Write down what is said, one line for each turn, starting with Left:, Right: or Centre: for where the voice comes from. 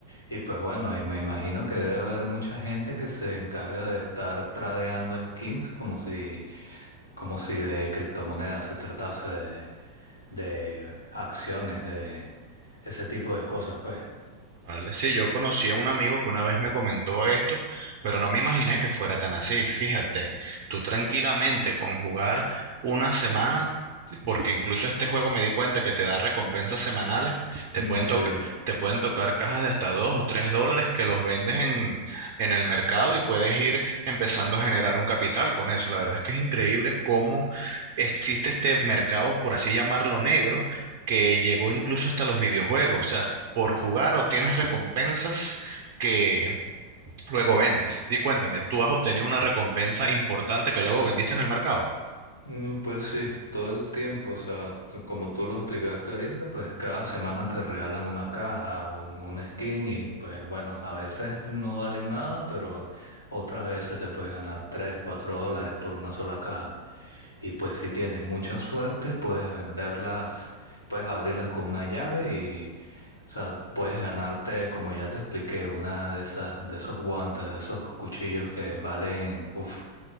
Left: Y pues bueno, y me imagino que debe haber mucha gente que se encarga de estar tradeando skins como si, como si de criptomonedas se tratase de, de acciones, de ese tipo de cosas, pues.
Right: Vale, sí, yo conocí a un amigo que una vez me comentó esto, pero no me imaginé que fuera tan así. Fíjate, tú tranquilamente con jugar una semana porque incluso este juego me di cuenta que te da recompensas semanales. Te
Left: Mm,
Right: pueden
Left: Sí.
Right: toca- te pueden tocar cajas de hasta 2 o 3 dólares que los vendes en, en el mercado y puedes ir empezando a generar un capital con eso. La verdad es que es increíble cómo existe este mercado, por así llamarlo, negro, que llegó incluso hasta los videojuegos. O sea, ju- por jugar obtienes recompensas que luego vendes. Di cuéntame, ¿tú has obtenido una recompensa importante que luego vendiste en el mercado?
Left: Mm, Pues sí, todo el tiempo, o sea, t- como tú lo explicaste ahorita, pues cada semana te regalan una caja o un un skin y pues bueno, a veces no valen nada, pero otras veces te puedes ganar 3 4 dólares por una sola caja. Y pues si tienes mucha suerte, puedes venderlas, puedes abrirlas con una llave y, o sea, puedes ganarte, como ya te expliqué, una de esas, de esos guantes, de esos cuchillos que valen, uff,